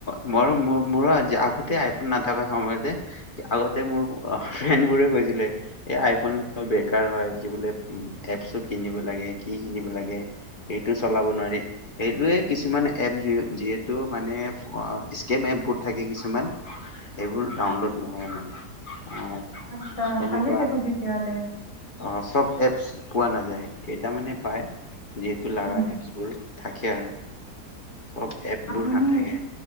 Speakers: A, on the left; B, on the left.
A: মোৰ-মোৰ-মোৰো আগতে আইফোন নাথাককাৰ সময়তে আগতে মোৰ অ ফ্ৰেণ্ড বোৰে কৈছিলে এই আইফোন বেকাৰ হয়, কি বোলে এপছো কিনিব লাগে কি কিনিব লাগে। সেইটো চলাব নোৱাৰি। সেইটোৱে কিছুমান এপ যি যিহেতু মানে স্কেম এপবোৰ থাকে কিছুমান সেইবোৰ ডাউনলোড নহয় মানে। অ',
B: আত্চ্ছা
A: এনেকুৱা
B: ভালেই দেখোন তেতিয়া হ'লে।
A: অ চব এপচ পোৱা নাযায় কেইটামানে পায়। যিহেতু লাগাই
B: উম,
A: এপছবোৰ থাকে আৰু। চব এপবোৰ
B: আপুনি
A: নাথাকে